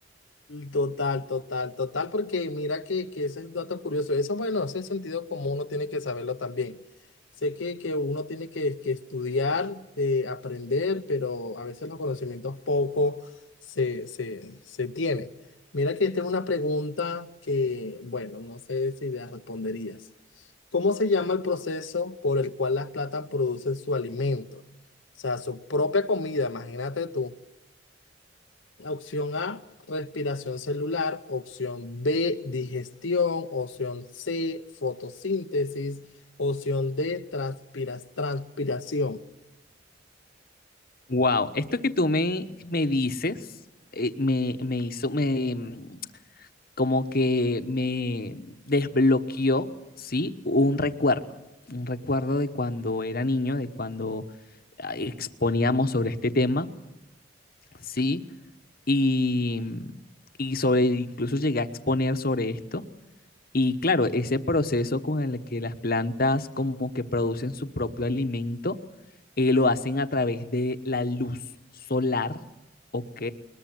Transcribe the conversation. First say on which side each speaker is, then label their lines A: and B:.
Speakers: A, on the left (about 85°); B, on the left (about 50°).
A: Total, total, total, porque mira que, que ese es un dato curioso. Eso, bueno, ese sentido común uno tiene que saberlo también. Sé que, que uno tiene que, que estudiar, eh, aprender, pero a veces los conocimientos poco se, se, se tienen. Mira que esta es una pregunta que, bueno, no sé si la responderías. ¿Cómo se llama el proceso por el cual las plantas producen su alimento? O sea, su propia comida, imagínate tú. Opción A, respiración celular. Opción B, digestión. Opción C, fotosíntesis. Opción D, transpiras, transpiración.
B: Wow, esto que tú me, me dices eh, me, me hizo, me mm, como que me desbloqueó, ¿sí? Un recuerdo, un recuerdo de cuando era niño, de cuando ah, exponíamos sobre este tema Sí, y, y sobre, incluso llegué a exponer sobre esto. Y claro, ese proceso con el que las plantas como que producen su propio alimento, eh, lo hacen a través de la luz solar, ¿ok?